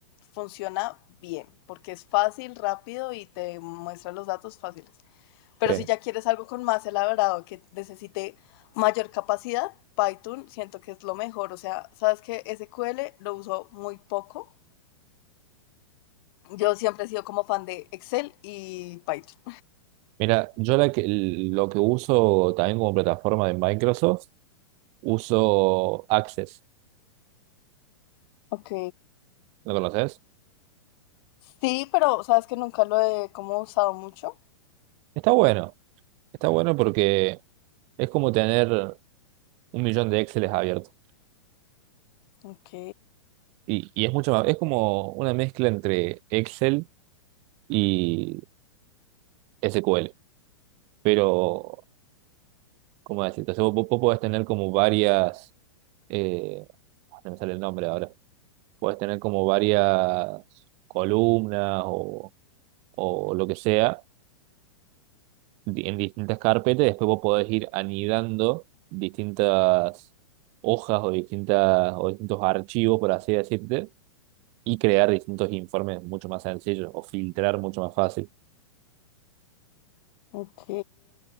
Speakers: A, on the left (about 50°); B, on the right (about 45°).
A: funciona bien porque es fácil, rápido y te muestra los datos fáciles. Pero
B: sí.
A: si ya quieres algo con más elaborado que necesite mayor capacidad, Python siento que es lo mejor. O sea, sabes que SQL lo uso muy poco. Yo siempre he sido como fan de Excel y Python.
B: Mira, yo la que, lo que uso también como plataforma de Microsoft, uso Access.
A: Ok.
B: ¿Lo conoces?
A: Sí, pero sabes que nunca lo he como usado mucho.
B: Está bueno. Está bueno porque es como tener un millón de Exceles abiertos.
A: Ok,
B: Y, y es mucho más, es como una mezcla entre Excel y SQL. Pero, ¿cómo decirte? O sea, vos, vos podés tener como varias, eh, ah, no me sale el nombre ahora, podés tener como varias columnas o, o lo que sea di- en distintas carpetas. Después vos podés ir anidando distintas hojas o distintas, o distintos archivos, por así decirte y crear distintos informes mucho más sencillos o filtrar mucho más fácil.
A: ok.